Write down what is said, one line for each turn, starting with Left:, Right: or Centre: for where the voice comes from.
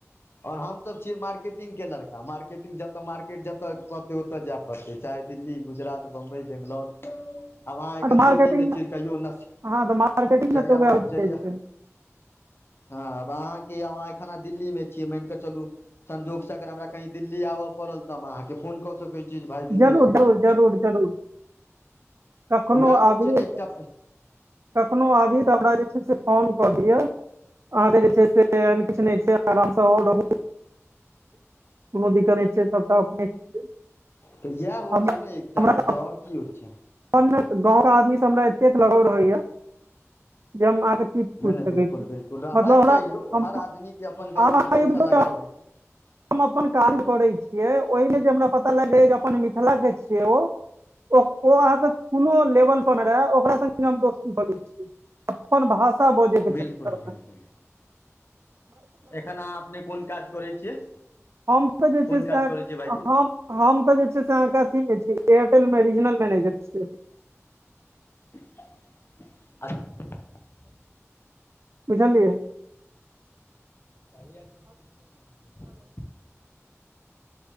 Left: आओर हमसभ छियै मार्केटिंगके लड़का मार्केटिंग जतऽ मार्केट जतय कहतै ओतय जाय पड़तै चाहे दिल्ली गुजरात बम्बइ बैंगलोर
Right: <inaudible>
Left: आब अहाँ एखन
Right: मार्केटिंग
Left: दिल्लीमे
Right: मे
Left: छीियै कहियो न
Right: हँ तऽ मार्केटिंग
Left: जइय
Right: मे तऽ वएह
Left: मार
Right: होइते
Left: जइया
Right: छै
Left: हँ आब अहाँकेहाँ एखना दिल्लीमे छियै मान कऽ चलू संजोगसँ अगर हमरा कहीँ दिल्ली आबय पड़ल तऽ हम अहाँकेँ फोन कऽ सकैत छी जे भाय दिल्ली
Right: जरूर
Left: आयल छी
Right: <unintelligible> कखनो
Left: वएह
Right: <unintelligible>
Left: होइ छै ने एकटा
Right: कखनो आबी तऽ हमरा जे छै से फोन कऽ दिअ अहाँ के जे छै से किछु ने छै आराम से आर रह कोनो दी करै छैिय सबटा अपने छियै
Left: तऽ इएह होइ
Right: हमरा
Left: छै ने एकटा
Right: हमरा
Left: मतलब
Right: तऽ
Left: आओर की होइ छै
Right: अपन गांव के आदमी से हमरा एतेक लगाव रहैया जे हम अहाँके किी पूछि
Left: नहि नहि
Right: सकै
Left: बिल्कुल
Right: छी
Left: बिल्कुल रहबाक
Right: मतलब
Left: चाही यौ
Right: हमरा
Left: हर आदमी के अपन गाँव
Right: आब अहाँ
Left: के लोकसँ
Right: एो
Left: लगाव होइ छै
Right: हम अपन काज करै छियै ओहिमे जे हमरा पता लगैय जे अपन मिथिला के छियै ओ ओ ओ अहाँके कोनो लेवल पर रहै ओकरा सङ्गे हम दोस्ती कऽ लेबे छिये अपन भाषा बोजैके
Left: बिल्कुल
Right: चकरमे
Left: बिल्कुल एखन अहाँ अपने कोन काज करै छियै
Right: हम तऽ जे छै
Left: कोन
Right: से
Left: काज करै छियै भाईजी
Right: हम हम तऽ जे छै से अहाँके अथी मे छी एयरटेल मे रीजनल मैनेजर छियै
Left: <unintelligible>
Right: बुझललियै
Left: तऽ ऐयरटेल के रीजनल मैनेजर